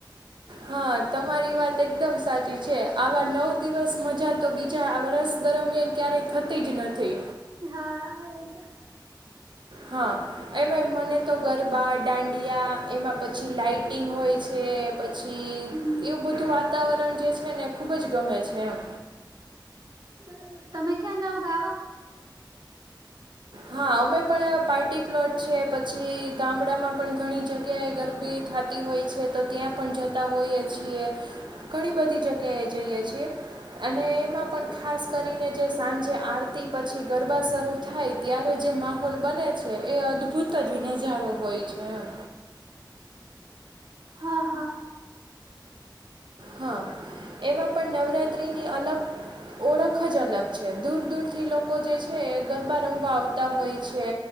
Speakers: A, on the right (about 75°); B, on the right (about 55°).
A: હા તમારી વાત એકદમ સાચી છે. આવા નવ દિવસ મજા તો બીજા આ વર્ષ દરમિયાન ક્યારેય થતી જ નથી.
B: હા, એજ.
A: હા. એમાં મને તો ગરબા, દાંડિયા એમાં પછી લાાઈટિંગ હોય છે. પછી
B: હમ
A: એવું બધું વાતાવરણ જે છે ને, ખુબ જ ગમે છે એમ.
B: બરાબર. તમે ક્યાં જાવ ગાવા?
A: હા, અમે પણ પાર્ટી પ્લોટ છે. પછી ગામડામાં પણ ઘણી જગ્યાએ ગરબી થાતી. હોય છે, તો ત્યાં પણ જતા હોઈએ છીએ. ઘણી બધી જગ્યાએ જઈએ છીએ. અને એમાં પણ ખાસ કરીને જે સાંજે આરતી પછી ગરબા શરૂ થાય ત્યારે જે માહોલ બને છે. એ અદ્ભુત જ નજારો હોય છે એમ.
B: હા, હા.
A: હા, એમાં પણ નવરાત્રી ની અલગ ઓળખ જ અલગ છે. દૂર દૂરથી લોકો જે છે, ગરબા રમવા આવતા હોય છે.